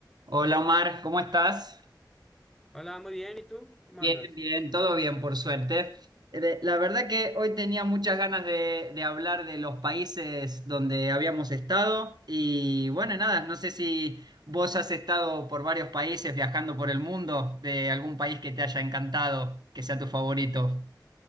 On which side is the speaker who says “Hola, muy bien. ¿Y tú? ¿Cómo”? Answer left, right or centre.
Centre